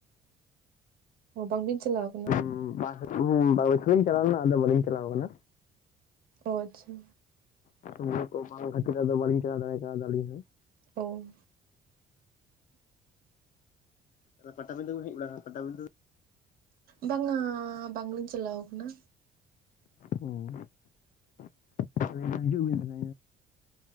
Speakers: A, on the right (about 60°); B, on the left (about 50°).
A: ᱚ ᱵᱟᱝ ᱵᱤᱱ ᱪᱟᱞᱟᱣ ᱠᱟᱱᱟ᱾
B: ᱦᱩᱸ ᱟᱨ ᱠᱟᱹᱴᱤᱡ ᱵᱟᱨ ᱵᱚᱪᱷᱚᱨ ᱤᱧ ᱪᱟᱞᱟᱣ ᱞᱮᱱᱟ ᱟᱫᱚ ᱵᱟᱹᱞᱤᱧ ᱪᱟᱞᱟᱣ ᱠᱟᱱᱟ᱾
A: ᱚ ᱟᱪᱪᱷᱟ
B: ᱢᱚᱱᱮ ᱠᱚ ᱵᱟᱝ ᱠᱷᱟᱹᱛᱤᱨ ᱟᱫᱚ ᱵᱟᱹᱞᱤᱧ ᱪᱟᱞᱟᱣ ᱫᱟᱲᱮᱭ ᱠᱟᱣᱫᱟ ᱟᱞᱤᱧ ᱦᱚᱸ᱾
A: ᱚ
B: ᱟᱫᱚ ᱯᱟᱛᱟᱵᱤᱸᱫᱷᱟᱹ ᱵᱤᱱ ᱦᱮᱡ ᱵᱟᱲᱟᱣ-ᱟ ᱯᱟᱛᱟᱵᱤᱸᱫᱷᱟᱹ?
A: ᱵᱟᱝ-ᱟᱻ ᱵᱟᱝᱞᱤᱧ ᱪᱟᱞᱟᱣ ᱠᱟᱱᱟ᱾
B: ᱦᱩᱸ <inaudible> ᱦᱤᱡᱩᱜ ᱵᱤᱱ ᱛᱟᱞᱦᱮ᱾